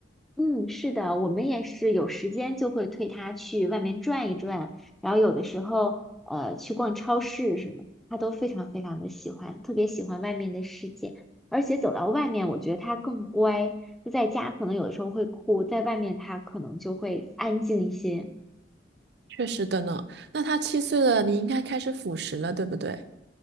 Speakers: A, in the centre; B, on the right.
A: 嗯，是的，我们也是有时间就会推他去外面转一转，然后有的时候呃去逛超市什么的他都非常非常的喜欢，特别喜欢外面的世界，而且走到外面，我觉得他更乖，就在家可能有的时候会哭，在外面他可能就会安静一些。
B: 确实的呢。那它七岁了，你应该开始辅食了，对不对？